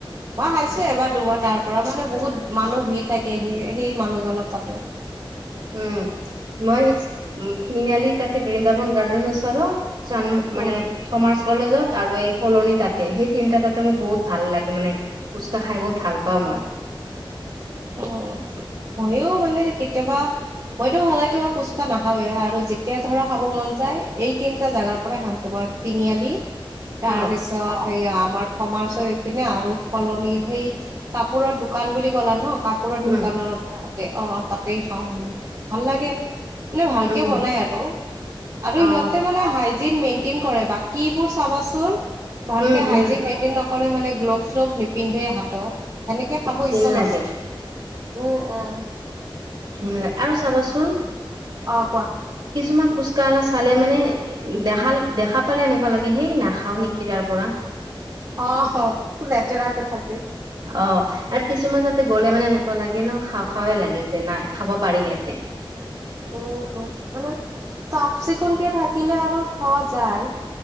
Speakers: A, on the right; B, on the right.
A: মই খাইছো এবাৰ দুবাৰ তাৰ পৰা মানে বহুত মানুহ ভিৰ থাকে সি সেই মানুহজনৰ তাতো।
B: উম্, মই তিনিআলি তাতে বৃন্দাবন গাৰ্ডেনৰ ওচৰত চান মানে
A: উম
B: কমাৰ্চ কলেজত আৰু এই কলনী তাতেই, সেই তিনিটা তাতে মোৰ বহুত ভাল লাগে মানে ফুচকা খাই বহুত ভাল পাওঁ মই।
A: অ ময়ো মানে কেতিয়াবা মইতো সদায় তোমাৰ ফুচকা নাখাওঁৱে আৰু যেতিয়া ধৰা খাব মন যায়, এই তিনটা জাগাৰ পৰাই খাম তোমাৰ তিনিআলি তাৰ
B: অ
A: পিছত সেইয়া আমাৰ কমাৰ্চৰ সেইপিনে আৰু কলনিৰ সেই কাপোৰৰ দোকা দোকান বুলি কলা ন কাপোৰৰ
B: উম
A: দোকানৰ তাতে অ তাতে খাওঁ মানে, ভাল লাগে মানে ভালকে
B: উম
A: বনাই আৰু। আৰু
B: অ
A: সিহঁতে মানে হাইজিন মেইন মেইনটেইন কৰে। বাকীবোৰ চাবাচোন ভালকে
B: উম উম
A: হাইজিন মেইনটেইন নক নকৰে মানে, গ্লভ-শ্লভ নিপিন্ধে হাতত। তেতিয়া খাব
B: ঘিণ
A: ইচ্ছা
B: লাগে
A: নাযায়। উম উম।
B: ঘিন লাগে। আৰু চাবাচোন
A: অ কোৱা
B: কিছুমান ফুচকাআলা চালে মানে দেহাল দেখা পালে এনেকুৱা লাগে, সেই নাখাওঁ নেকি তাৰ পৰা।
A: অহ লেতেৰাকে থাকে।
B: অ। আৰু কিছুমান তাতে গ'লে মানে এনেকুৱা লাগে ন, খাওঁ খাওঁ লাগে যে নাই খাব পাৰি ইয়াতে।
A: উম উম মানে চাফ-চিকুণকে থাকিলে আৰু খোৱা যায়।